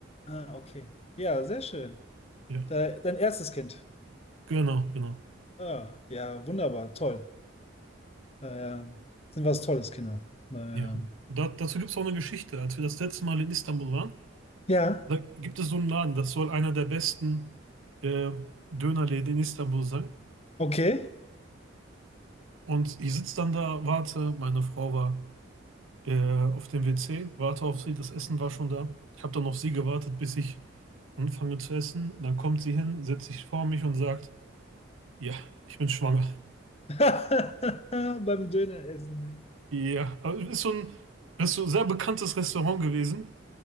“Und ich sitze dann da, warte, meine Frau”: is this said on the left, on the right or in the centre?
Right